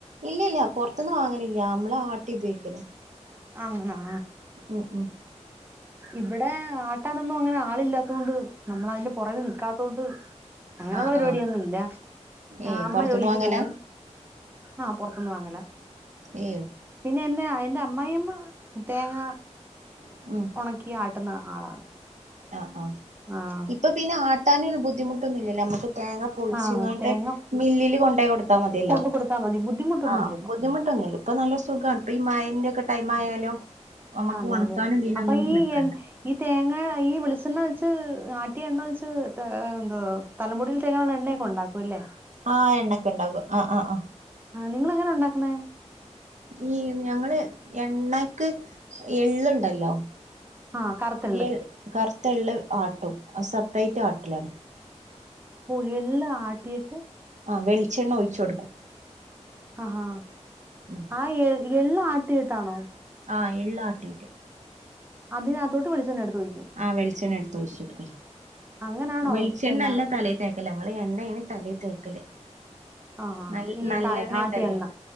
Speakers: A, on the right; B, on the right.
A: ഇല്ലല്ല പൊർത്തന്ന് വാങ്ങലില്ല അമ്മളാട്ടി ഉപേയ്ക്കലാ
B: അങ്ങനാ
A: ഉ ഉം
B: ഇവ്ടെ ആട്ടാനൊന്നും അങ്ങനെ ആളില്ലാത്തൊണ്ട് നമ്മളയ്ന്റെ പുറക നിക്കാത്തോണ്ട് അങ്ങനെള്ള
A: ആഹ്
B: പരിപാടിയൊന്നുംല്ല
A: ആഹ്
B: ആ
A: ഏയ്
B: അമ്മ
A: പൊറത്ത്ന്ന്
B: ജോലിക്ക്
A: വാങ്ങലാ
B: പോകവും. ആഹ് പൊർത്ത് ന്ന് വാങ്ങല.
A: ഏ്
B: പിന്നെ എന്നാ എന്റെ അമ്മായിമ്മ തേങ്ങ
A: ഉം
B: ഒണക്കി ആട്ടുന്ന ആളാണ്
A: ആഹ് ആഹ്
B: ആഹ്
A: ഇപ്പൊ പിന്നെ ആട്ടാനരു ബുദ്ധിമുട്ടൊന്നു ല്ല ല്ലോ അമക്ക് തേങ്ങ പൊളിച്ചിങ്ങാണ്ട്
B: ആഹ് തേങ്ങ
A: മില്ലില് കൊണ്ടെ കൊട് ത്താ മതിയല്ലാ
B: കൊണ്ട് കൊടുത്താൽ മതി ബുദ്ധിമുട്ടൊന്നും
A: ആഹ്
B: ഇല്ല
A: ബുദ്ധിമുട്ടൊന്നുല്ല പ്പൊ നല്ല സുഖാണ്പ്പ ഈ മഴന്റെ ഒക്കെ ടൈം ആയാലും. നമുക്ക്
B: അതെ
A: ഒണക്കാനും
B: അതെ
A: ഇതിനൊന്നും
B: അപ്പ ഈ
A: നിക്കണ്ട
B: ഈ തേങ്ങ ഈ വെളിച്ചെണ്ണ വെച്ച് ആട്ടിയ എണ്ണ വെച്ച് എന്താ തലമുടിയിൽ തേക്കാനുള്ള എണ്ണയൊക്കെ ഉണ്ടാക്കും അല്ലേ.
A: ആഹ് എണ്ണയൊക്കെ ഉണ്ടാക്കും. ആഹ് ആഹ് ആഹ്.
B: ആഹ് നിങ്ങളെങ്ങനാ ഉണ്ടാക്കണേ?
A: ഈ ഞങ്ങള് എണ്ണക്ക് എള്ളുണ്ടല്ലോ
B: ആഹ് കറുത്ത എള്ള്.
A: എ കറുത്ത എള്ള് ആട്ടും. സെപ്പറേറ്റ് ആട്ടലാണ്.
B: ഓഹ് എള്ള് ആട്ടിയട്ട്
A: ആഹ് വെളിച്ചെണ്ണ ഒഴിച്ച് കൊടുക്കും.
B: ആഹ് ആഹാ.
A: ഉം
B: ആഹ് എള്ള് ആട്ടിയട്ടാണോ?
A: ആഹ് എള്ള് ആട്ടീട്ട്.
B: അതിനകത്തോട്ട് വെളിച്ചെണ്ണ എടുത്ത് ഒഴിക്കും.
A: ആഹ് വെളിച്ചണ്ണ എടുത്ത് ഒഴിച്ചിടും.
B: അങ്ങനാണോ
A: വെളിച്ചെണ്ണല്ല
B: എണ്ണ
A: തലേൽ തേക്കല്. ഞങ്ങൾഈ എണ്ണയാണ് തലയിൽ തേക്കല്.
B: ആഹാ
A: ന
B: ഈ
A: നല്ലെണ്ണ
B: കാ- ആട്ടിയ
A: ഉണ്ടല്ലോ.
B: എണ്ണ